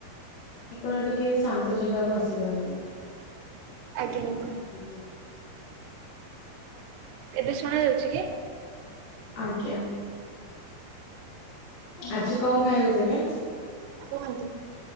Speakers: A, on the left; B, on the right.
A: ଆପଣ ଟିକେ ଶାନ୍ତ ଜାଗାକୁ ଆସିଯାନ୍ତି।
B: ଆଜ୍ଞା। ଆଜ୍ଞା
A: <unintelligible> ଆ <unintelligible>
B: ଏବେ ଶୁଣା ଯାଉଛି କି?
A: ଆଜ୍ଞା ଆଜି କଣ ଖାଇବାକୁ ଦେବେ?
B: କୁହନ୍ତୁ?